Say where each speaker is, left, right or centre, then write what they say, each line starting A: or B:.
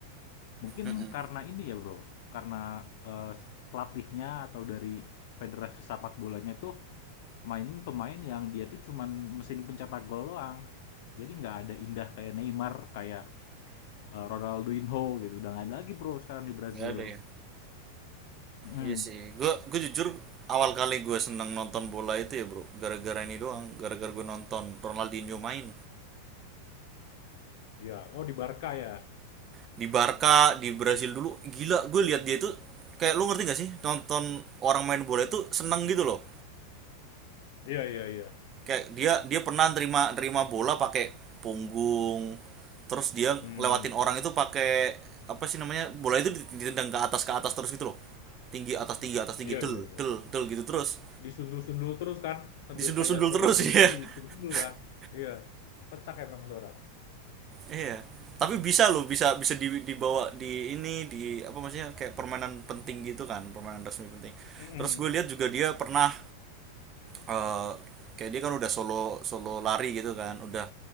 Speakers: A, on the left; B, on the right.
A: Mungkin
B: Mm-mm.
A: karena ini ya bro, karena eh, pelatihnya atau dari federasi sepak bolanya itu Mainin pemain yang dia tuh cuman mesin pencetak gol doang. Jadi nggak ada indah kayak Neymar, kayak eh, Ronaldinho gitu. Udah nggak ada lagi bro sekarang di Brazil.
B: nggak ada ya
A: Mm.
B: iya sih gue gue jujur awal kali gue seneng nonton bola itu ya bro gara-gara ini doang gara-gara gue nonton Ronaldinho main
A: Iya, oh di Barca ya.
B: di Barca di Brasil dulu gila gue lihat dia itu kayak lu ngerti gak sih nonton orang main bola itu seneng gitu loh
A: Iya, iya, iya.
B: kayak dia dia pernah terima terima bola pakai punggung terus dia
A: Hmm,
B: lewatin orang itu pakai apa sih namanya bola itu ditendang ke atas ke atas terus gitu loh tinggi atas tinggi atas tinggi
A: iya,
B: del
A: iya, iya.
B: del del gitu terus
A: Disundul-sundul terus kan, sambil
B: disundul-sundul
A: kayak ngebawa
B: terus
A: bola
B: ya
A: tapi disundul-sundul
B: <laughs>
A: kan. Iya, kocak emang tuh orang.
B: Iya. Tapi bisa loh, bisa bisa dibawa di ini di apa maksudnya kayak permainan penting gitu kan, permainan resmi penting.
A: Mm-mm.
B: Terus gue lihat juga dia pernah eh, kayak dia kan udah solo solo lari gitu kan, udah